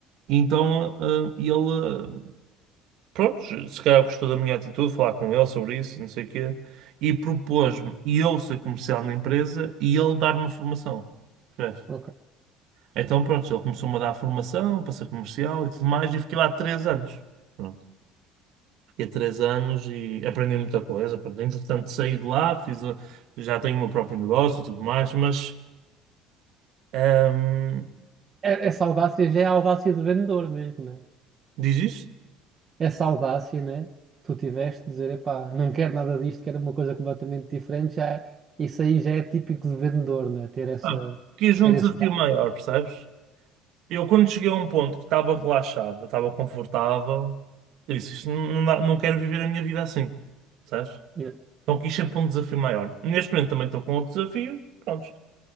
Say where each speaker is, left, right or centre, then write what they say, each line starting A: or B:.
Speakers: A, on the right; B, on the right.
A: Então, ah, ele Prontos, se calhar gostou da minha atitude, falar com ele sobre isso, e não sei o quê, e propôs-me e eu ser comercial na empresa e ele dar-me formação. Percebes?
B: Ok.
A: Então, pronto, ele começou-me a dar formação para ser comercial e tudo mais, e fiquei lá três anos. Pronto, fiquei três anos e aprendi muita coisa. Pronto, entretanto, saí de lá, fiz, a- já tenho o meu próprio negócio e tudo mais, mas hum,
B: é- Essa audácia já é a audácia de vendedor mesmo, né?
A: diz isto?
B: Essa audácia, né? que Tu tiveste de dizer, epá, não quero nada disto, quero uma coisa completamente diferente, já é- isso aí já é típico de vendedor, né? Ter essa,
A: Ah, quis um
B: ter
A: desafio
B: esse...
A: maior, percebes? Eu, quando cheguei a um ponto que estava relaxado, estava confortável, eu disse, isto não, dá- não quero viver a minha vida assim, sabes?
B: Yeah.
A: Então quis sempre um desafio maior. Neste momento também estou com outro desafio, pronto.